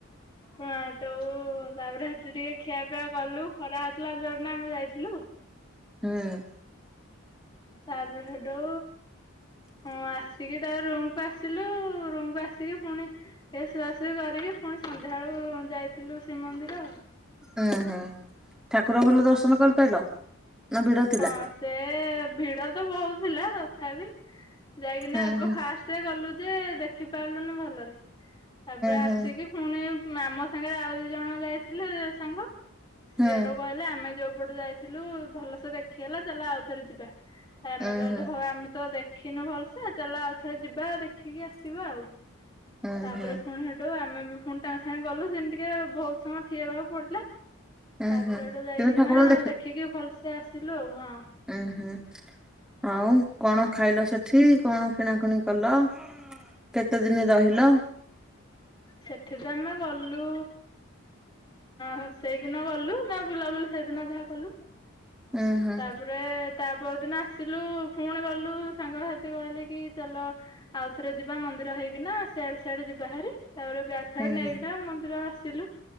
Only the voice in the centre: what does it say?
ହୁଁ।
ଉୁଁ ହୁଁ ଠାକୁର ଭଲ ଦର୍ଶନ କରିପାରିଲ ନା ଭିଡ ଥିଲା?
ହୁଁ
ହୁଁ
ହୁଁ
ହୁଁ
ହୁଁ
ଉଁ
ହୁଁ
ଉଁ
ହୁଁ
ଉଁ
ହୁଁ।
କିନ୍ତୁ ଠାକୁରଙ୍କୁ
ଉୁଁ ହୁଁ ଆଉ କଣ ଖାଇଲ ସେଠି କଣ କିଣା କୁଣି କଲ? କେତେ ଦିନି ରହିଲ?
ଉଁ ହୁଁ।
ହୁଁ
ହୁଁ